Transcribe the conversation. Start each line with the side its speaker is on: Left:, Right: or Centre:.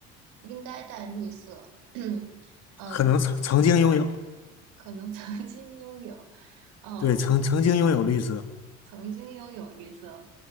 Right: 应该带绿色。<clears throat> 嗯，呃
Left: 可能曾曾经拥有，
Right: 可能曾经拥有，呃，
Left: 对，曾曾经拥有绿色，
Right: 曾经拥有绿色。